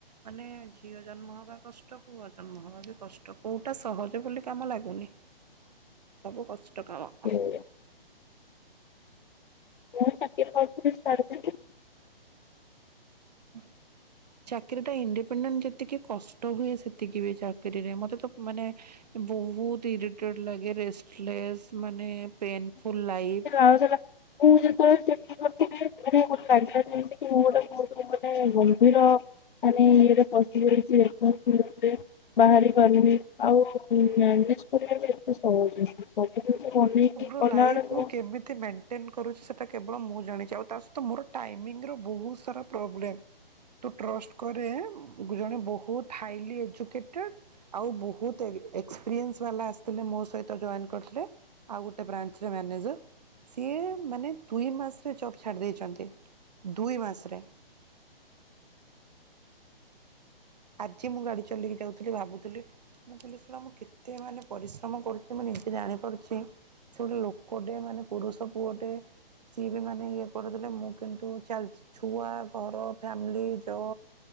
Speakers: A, on the right (about 45°); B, on the left (about 55°).
A: ମାନେ ଝିଅ ଜନ୍ମ ହବା କଷ୍ଟ ପୁଅ ଜନ୍ମ ହବା ବି କଷ୍ଟ କୋଉଟା ସହଜ ବୋଲି କାମ ଲାଗୁନି। ସବୁ କଷ୍ଟ କାମ।
B: ହୁଁ। ମୁଁ ଚାକିରି କରୁଥିଲି ଛାଡ଼ଦେଲି।
A: ହଁ ଚାକିରରିଟା ଇଣ୍ଡିପେଣ୍ଡେଣ୍ଟ ଯେତିକି କଷ୍ଟ ହୁଏ ସେତିକି ବି ଚାକିରିରେ ମତେ ତ ମାନେ ବହୁତ ଇରିଟେଡ ଲାଗେ ରେଷ୍ଟଲେସ୍ ମାନେ ପେନ୍ ଫୁଲ ଲାଇଫ୍।
B: ଆଉ ସେଟା ମୁଁ ଯେତେବେଳେ ଚାକିରୀ କରିଥିଲି ମାନେ ମତେ ଲାଗିଲା ଯେମିତିକି ମୁଁ ଗୋଟେ ବହୁ ମାନେ ଗମ୍ଭୀର ମାନେ ଇଏରେ ପଶିଯାଇଚି <unintelligible> ବାହାରି ପାରୁନି ଆଉ ମ୍ୟାନେଜ କରିବା ବି ଏତେ ସହଜ ସବୁ କିଛି ବନେଇକି
A: ମୋ
B: କଲା
A: ଲାଇଭ
B: ବେଳକୁ
A: କୁ କେମିତି ମଣ୍ଟ ଟେନ୍ କରୁଚି ସେଇଟା କେବଳ ମୁଁ ଜାଣିଚି ଆଉ ତା ସହିତ ମୋର ଟାଇମିଙ୍ଗର ବହୁତ ସାରା ପ୍ରୋବ୍ଲେମ୍ ତୁ ଟ୍ରଷ୍ଟ କରେ ଜଣେ ବହୁତ ହାଇଲି ଏଜୁକେଟେଡ଼୍ ଆଉ ବହୁତ ଏଗ ଏକ୍ସପିରିଏନ୍ସ ବାଲା ଆସିଥିଲେ ମୋ ସହିତ ତ ଜଏନ୍ କର ଟେ ଆଉ ଗୋଟେ ବ୍ରାଞ୍ଚରେ ମାନେଜର୍ ସିଏ ମାନେ ଦୁଇ ମାସରେ ଜବ୍ ଛାଡ଼ି ଦେଇେଇଚନ୍ତି ଦୁଇ ମାସରେ। ଆଜି ମୁଁ ଗାଡି ଚଲେଇକି ଯାଉଥିଲି ଭାବୁଥିଲି ମୁଁ ଲାହିଲି ଶଳା ମୁଁ କେତେ ମାନେ ପରିଶ୍ରମ କରୁଚି ମୁଁ ନିଜେ ଜାଣିପାରୁଚି। ସେ ଗୋଟେ ଲୋକଟେ ମାନେ ପୁରୁଷ ପୁଅଟେ ସିଏ ବି ମାନେ ଇଏ କରିଦେଲେ ମୁଁ କିନ୍ତୁ ଚାଲିଚି। ଛୁଆ, ଘର, ଫ୍ୟାମିଲି, ଜବ